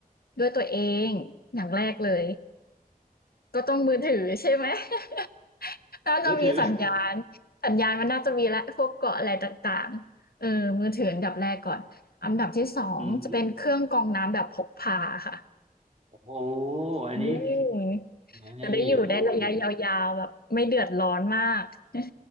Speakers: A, on the left; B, on the right.
A: ด้วยตัวเองอย่างแรกเลยก็ต้องมือถือใช่ไหม <laughs> น่าจะมีสัญญาณ
B: มือถือ
A: สัญญาณมันน่าจะมีและพวกเกาะอะไรต่างๆเออมือถืออันดับแรกก่อนอันดับที่สองจะเป็นเครื่องกรองน้ำแบบพกพาค่ะ
B: อืมโอ้โหอันนี้
A: อืม
B: ไอ้
A: จะได้อยู่ได้ระยะยาวๆแบบไม่เดือดร้อนมาก
B: โหนี่
A: <laughs>